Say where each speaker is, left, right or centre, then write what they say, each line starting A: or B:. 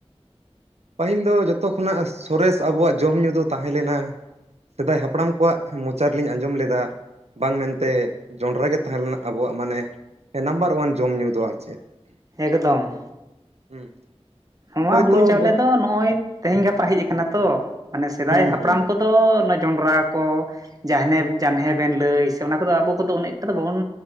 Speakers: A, on the right; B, on the right.
A: ᱯᱟᱹᱦᱤᱞ ᱫᱚ ᱡᱚᱛᱚ ᱠᱷᱚᱱᱟᱜ ᱥᱚᱨᱮᱥ ᱟᱵᱚᱣᱟᱜ ᱡᱚᱢᱼᱧᱩ ᱫᱚ ᱛᱟᱦᱮᱸ ᱞᱮᱱᱟ ᱾ ᱥᱮᱫᱟᱭ ᱦᱟᱯᱲᱟᱢ ᱠᱚᱣᱟᱜ ᱢᱚᱪᱟ ᱨᱮᱞᱤᱧ ᱟᱸᱡᱚᱢ ᱞᱮᱫᱟ ᱵᱟᱝ ᱢᱮᱱᱛᱮ ᱡᱚᱸᱰᱨᱟ ᱜᱮ ᱛᱟᱦᱮᱸ ᱞᱮᱱᱟ ᱟᱵᱚᱣᱟᱜ ᱢᱟᱱᱮ ᱱᱟᱢᱵᱟᱨ ᱚᱣᱟᱱ ᱡᱚᱢᱼᱧᱩ ᱫᱚ ᱟᱨ ᱪᱮᱫ
B: ᱮᱠᱫᱚᱢ
A: ᱦᱩᱸ
B: ᱱᱚᱣᱟ
A: ᱦᱳᱭᱛᱳ
B: ᱦᱩᱲᱩ ᱪᱟᱣᱞᱮ
A: ᱵᱚ
B: ᱫᱚ ᱱᱚᱜᱼᱚᱭ ᱛᱮᱦᱮᱧ ᱜᱟᱯᱟ ᱦᱮᱡ ᱟᱠᱟᱱᱟ ᱛᱚ ᱢᱟᱱᱮ ᱥᱮᱫᱟᱭ
A: ᱦᱩᱸ
B: ᱦᱟᱯᱲᱟᱢ
A: ᱦᱩᱸ
B: ᱠᱚᱫᱚ ᱡᱚᱸᱰᱨᱟ ᱠᱚ ᱡᱮ
A: ᱦᱩᱸ
B: ᱡᱟᱱᱦᱮ ᱵᱮᱱ ᱞᱟᱹᱭ ᱚᱱᱟ ᱠᱚᱫᱚ ᱟᱵᱚ ᱠᱚᱫᱚ ᱩᱱᱮ ᱮᱠᱴᱟ ᱫᱚ ᱵᱟᱵᱚᱱ